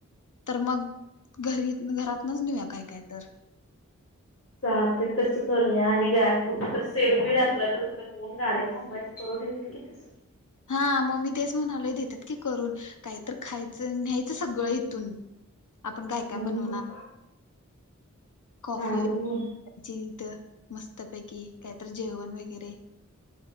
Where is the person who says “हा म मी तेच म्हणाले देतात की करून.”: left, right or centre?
Left